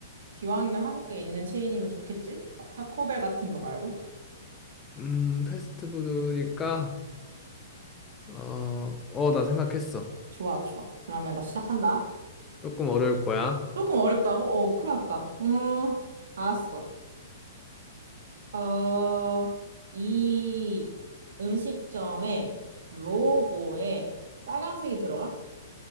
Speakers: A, on the right; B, on the left.
A: 기왕이면 한국에 있는 체인이면 좋겠지? 막 타코벨 같은 거 말고?
B: 음, 패스트푸드니까, 어, 어, 나 생각했어.
A: 좋아, 좋아. 그러면 나 시작한다.
B: 조금 어려울 거야.
A: 조금 어렵다고? 어, 큰일 났다. 음, 알았어. 어, 이 음식점의 로고에 빨간색이 들어가?